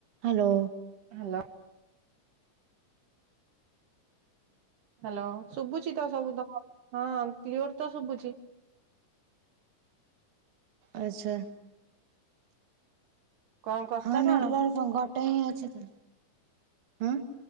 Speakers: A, on the right (about 50°); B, on the right (about 75°).
A: Hello.
B: Hello. Hello ଶୁଭୁଛି ତ ସବୁ ତ ହଁ କ୍ଲିୟର ତ ଶୁଭୁଛି।
A: ଆଚ୍ଛା।
B: କଣ କରୁଛ
A: ହଁ
B: କଣ
A: ନେଟ ରା କଣ ଗୋଟେ ହିଁ ଅଛି ତ ଆଁ